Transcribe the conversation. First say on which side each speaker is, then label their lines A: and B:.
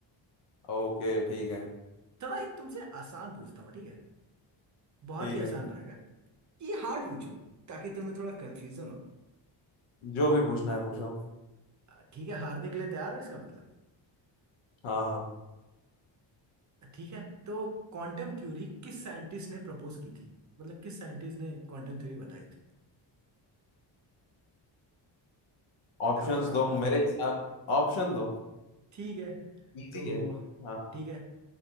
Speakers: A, on the left (about 80°); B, on the right (about 40°).
A: ओके ठीक है
B: थोड़ा एक तुमसे आसान पूछता हूँ ठीक है बहुत
A: ठीक
B: ही आसान
A: है
B: रहेगा ये हार्ड पूछू ताकि तुम्हें थोड़ा कंफ्यूजन हो
A: जो भी पूछना है पूछो
B: अ, ठीक है हारने के लिए तैयार हो इसका मतलब
A: हाँ हाँ।
B: ठीक है तो क्वांटम थ्योरी किस साइंटिस्ट ने प्रपोज की थी मतलब किस साइंटिस्ट ने क्वांटम थ्योरी बताई थी बताओ
A: ऑप्शंस
B: बताओ
A: दो मेरे हिसाब ऑप्शन दो
B: ठीक है
A: इजी
B: तो
A: है हाँ
B: ठीक है